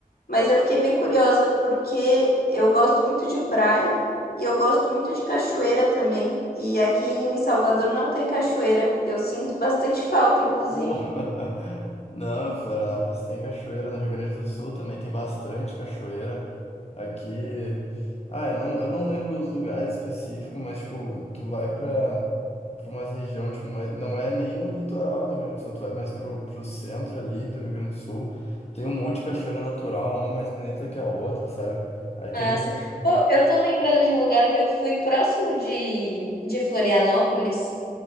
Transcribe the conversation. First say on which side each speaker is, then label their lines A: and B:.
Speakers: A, on the left (about 80°); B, on the left (about 45°).
A: mas eu fiquei bem curiosa porque eu gosto muito de praia e eu gosto muito de cachoeira também. E aqui em Salvador não tem cachoeira. Eu sinto bastante falta, inclusive.
B: Porra! <laughs> Não, Florianópolis tem cachoeira, no Rio Grande do Sul também tem bastante cachoeira. Aqui. Ah, eu não, eu não lembro os lugares específicos, mas, tipo, tu vai pra, pra uma região, tipo, mas não é nem no litoral do Rio Grande do Sul, tu vai mais pro, pro centro ali do Rio Grande do Sul. Tem um monte de cachoeira natural, uma mais bonita que a outra, sabe? Aquele.
A: Massa. Pô, eu tô lembrando de um lugar que eu fui próximo de, de Florianópolis,